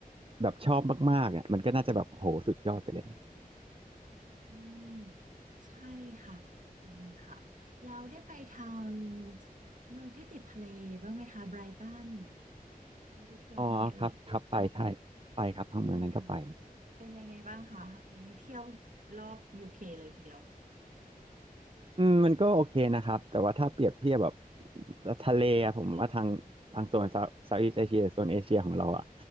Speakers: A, on the right (about 35°); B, on the right (about 60°).
A: แบบชอบมากๆอ่ะมันก็น่าจะแบบโหสุดยอดไปเลย
B: อืมใช่ค่ะดีค่ะแล้วได้ไปทางเมืองที่ติดทะเลบ้างไหมคะไบรตันได้ไปเที่ยวบ้างไหมเอ่ย
A: อ๋อครับครับไปใช่ไปครับทั้งเมืองนั้นก็ไป
B: เป็นยังไงเป็นยังไงบ้างคะวันนี้เที่ยวรอบยูเคเลยทีเดียว
A: อืมมันก็โอเคนะครับแต่ว่าถ้าเปรียบเทียบแบบทะเลอะผมว่าทางทางโซนเซาเซาท์อีสเอเชียโซนเอเชียของเราอะ